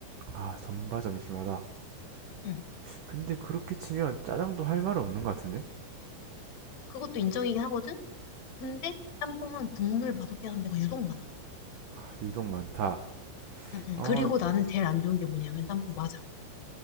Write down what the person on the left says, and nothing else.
응.
그것도 인정이긴 하거든? 근데 짬뽕은 국물 맛없게 하는 데가 유독 많아.
응, 응.
그리고 나는 제일 안 좋은 게 뭐냐면 짬뽕 맞아.